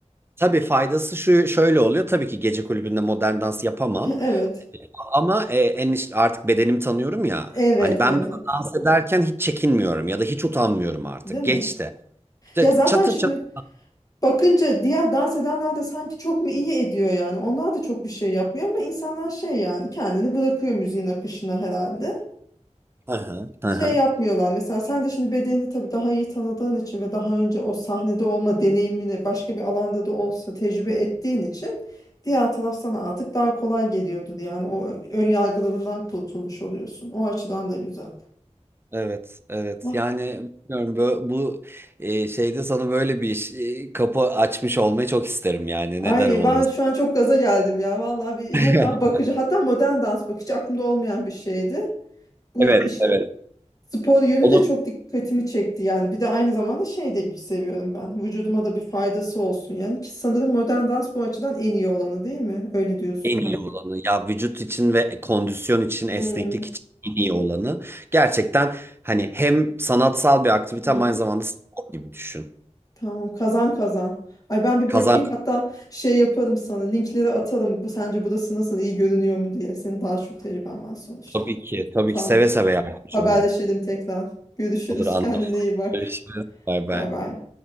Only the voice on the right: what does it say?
Tabii faydası şu şöyle oluyor. Tabii ki gece kulübünde modern dans yapamam.
Ama e, en iş- artık bedenimi tanıyorum ya.
Hani ben
mesela dans ederken hiç çekinmiyorum ya da hiç utanmıyorum artık.
Geçti. İşte
çatır
çatır.
Hı hı, hı
hı.
Evet, evet.
Yani bilmiyorum bu, bu e, şeyde sana böyle bir iş, e, kapı açmış olmayı çok isterim yani.
Neden olmasın?
<laughs>
Evet,
evet.
Onu
en iyi olanı ya vücut için ve kondisyon için esneklik
için en iyi olanı gerçekten hani hem sanatsal bir aktivite
ama
aynı zamanda spor gibi düşün.
Kazan
tabii ki. Tabii
ki seve seve yardımcı
olurum.
Olur
anlatırız.
Bay bay.